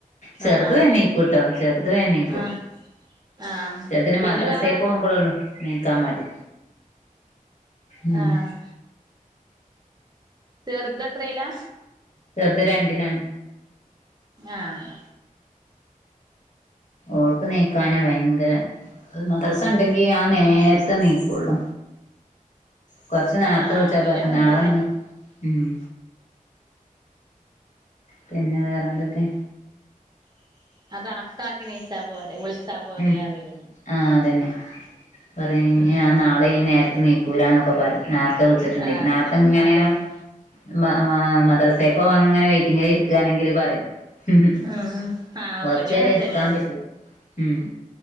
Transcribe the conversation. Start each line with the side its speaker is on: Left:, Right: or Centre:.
Left: ചെറുത്
Right: ആഹ് ആഹ്
Left: എണിക്കുട്ടോ. ചെറുത് എണീക്കും.
Right: ആഹ് ആഹ്
Left: ചെറുതിന്
Right: പിന്നെ
Left: മദ്രസേക്ക്
Right: വേറെ ആര്
Left: പോകുമ്പോഴള്ളു, നീക്കാ മടി. ഉം
Right: ആഹ് ചെറുതത്രെയിലാ?
Left: ചെർത് രണ്ടിലാണ്.
Right: ആഹ്
Left: ഓൾക്ക് നീക്കാന ഭയങ്കര, അത് മദ്രസണ്ടെങ്കി ആ നേരത്തെ എണീക്കോള്ളൂ. കൊറച്ച് നേരത്തെ
Right: ആഹ്
Left: വിളിച്ചാ
Right: ആഹ് ഇബലും
Left: പറിം
Right: അങ്ങൻത്തന്നെ
Left: ന്നാളന്ന്, ഉം പിന്നെ വേറെന്തൊക്കെ?
Right: ആ കണക്കാക്കി നീച്ചാ പോരെ. വിളിച്ചാ പോരെ
Left: ഉം
Right: അറിയോല്
Left: ആഹ് അതന്നെ. <unintelligible>
Right: ഉം
Left: നാ <unintelligible> നേരത്ത് എണീക്കൂലാന്നൊക്കെ പറയും നേരത്തെ വിളിച്ചിട്ടുണ്ടെങ്കി.
Right: ആഹ്
Left: നേർത്തെ ഇങ്ങനെ,
Right: അതന്നെ
Left: മ മാ മദ്രസക്കോ ഇങ്ങനെ വെയിറ്റിങ്ങിൽ ഇരിക്കുകാണെങ്കില് പറയും. ഉം
Right: ഉം ആഹ്
Left: കൊറച്ചേരം
Right: ഇബലും അങ്ങൻത്തന്നെ
Left: ഇരിക്കാൻ പറ്റിത്. ഉം.